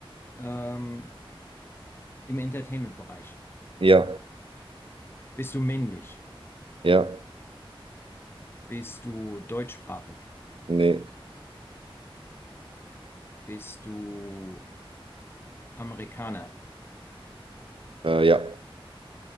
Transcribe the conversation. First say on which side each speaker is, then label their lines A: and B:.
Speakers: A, on the left (about 25°); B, on the right (about 65°).
A: ähm, im Entertainment-Bereich.
B: Ja,
A: Bist du männlich?
B: ja,
A: Bist du deutschsprachig?
B: nee,
A: Bist du Amerikaner?
B: äh, ja.